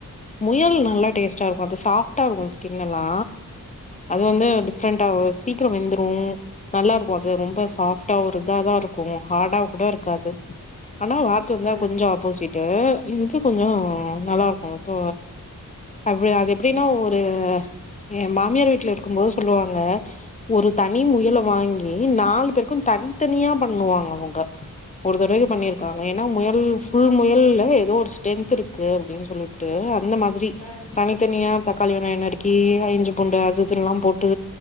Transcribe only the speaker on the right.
ம்
ம்
ம்